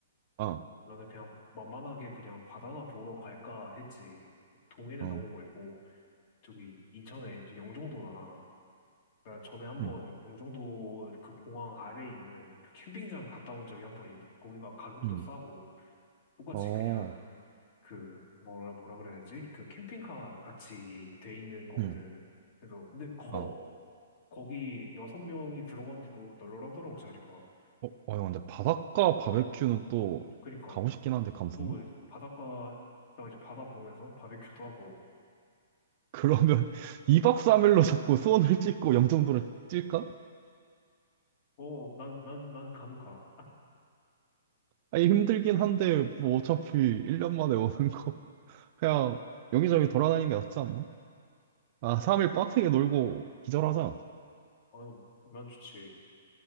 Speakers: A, on the right; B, on the left.
A: 아,
B: 나는 그냥 만만하게 그냥 바다나 보러 갈까 했지. 동해는
A: 어,
B: 너무 멀고 저기 인천에 이제 영종도나 그러니까 전에 한번
A: 음,
B: 영종도 그 공항 아래에 있는 그 캠핑장 갔다 온 적이 한 번 있는데 거기가 가격도
A: 음,
B: 싸고 똑같이
A: 어,
B: 그냥 그 뭐라 뭐라 그래야 되지? 그 캠핑카 같이 돼 있는 거거든.
A: 음,
B: 그래서 근데 커.
A: 아.
B: 거기 여섯 명이 들어갔는데도 널널하더라고 자리가.
A: 어, 어, 형, 근데 바닷가 바베큐는 또
B: 그니까
A: 가고 싶긴 한데, 감성이?
B: 또 바닷가 나 이제 바다 보면서 바베큐도 하고
A: 그러면 <laughs> 2박 3일로 자꾸 수원을 찍고 영종도를 찔까?
B: 어 난 난 난 가면 가.
A: 아니, 힘들긴 한데, 뭐, 어차피 1년 만에 오는 거. <laughs> 그냥, 여기저기 돌아다니는 게 낫지 않나? 아, 3일 빡세게 놀고 기절하자.
B: 어 난 좋지.